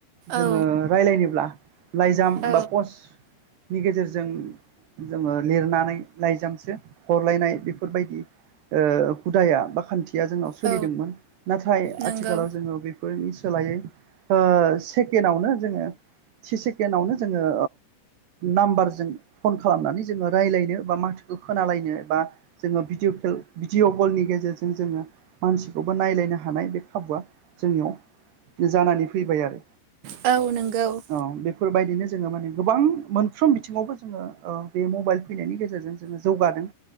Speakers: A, on the right; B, on the right.
A: जोङो
B: औ
A: रायलायनोब्ला लाइजाम
B: औ
A: बा पस्टनि गेजेरजों जोङो लिरनानै लाइजामसो हरलायनाय बेफोरबायदि ओ हुदाया बा खान्थिया जोंनाव सोलिदोंमोन
B: औ
A: नाथाय
B: नंगौ
A: आथिखालाव जोङो बे फोरनि सोलायै ओ सेकेणडआवनो जोङो से सेकेणडआवनो जोङो नाम्बारजों फन खालामनानै जोङो रायज्लायनो बा माथोखौ खोनालायनो बा जोङो भिडिअ' खेल भिडिअ' कलनि गेजेरजों जोङो मानसिखौबो नायलायनो हानाय बे खाबुआ जोंनियाव जानानै फैबाय आरो।
B: औ नंगौ
A: औ बेफोरबायदिनो जोङो माने गोबां मोनफ्रोम बिथिङावबो जोङो ओ बे मबाइल फैनायनि गेजेरजों जोङो जौगादों